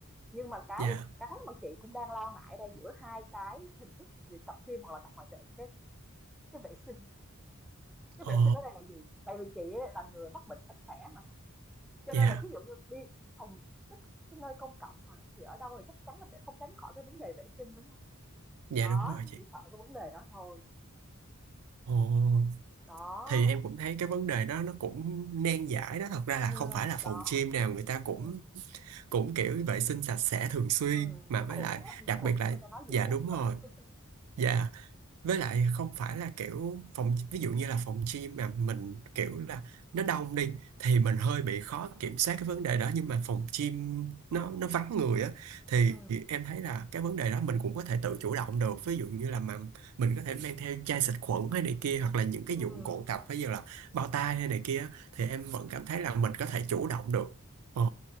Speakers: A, in the centre; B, on the right.
A: nhưng mà cái
B: dạ
A: cái mà chị cũng đang lo ngại đây giữa hai cái hình thức về tập gym hoặc là tập ngoài trời là cái cái vệ sinh cái
B: Ồ,
A: vệ sinh ở đây là gì tại vì chị á, là người mắc bệnh sạch sẽ mà cho
B: dạ,
A: nên là thí dụ như đi phòng tức cái nơi công cộng mà, thì ở đâu là chắc chắn là sẽ không tránh khỏi cái vấn đề vệ sinh, đúng không?
B: dạ
A: Đó,
B: đúng rồi
A: chị
B: chị.
A: chỉ sợ cái vấn đề đó thôi.
B: Ồ,
A: Đó,
B: thì em cũng thấy cái vấn đề đó nó cũng nan giải đó. Thật ra là
A: ừm,
B: không phải là phòng
A: đó,
B: gym nào người ta
A: ừm,
B: cũng cũng kiểu vệ sinh sạch sẽ thường xuyên.
A: ừm,
B: Mà
A: diệt
B: với
A: khuẩn
B: lại,
A: á, diệt
B: đặc
A: khuẩn,
B: biệt là,
A: người ta nói
B: dạ
A: diệt khuẩn
B: đúng rồi.
A: á.
B: Dạ, với lại không phải là kiểu phòng ví dụ như là phòng gym mà mình kiểu là nó đông đi thì mình hơi bị khó kiểm soát cái vấn đề đó nhưng mà phòng gym nó nó vắng người á thì
A: Ừm,
B: em thấy là cái vấn đề đó mình cũng có thể tự chủ động được ví dụ như là mà mình có thể mang theo chai xịt khuẩn hay này kia hoặc là những cái
A: ừm,
B: dụng cụ tập ví dụ là bao tay hay này kia á, thì em vẫn cảm thấy là mình có thể chủ động được ờ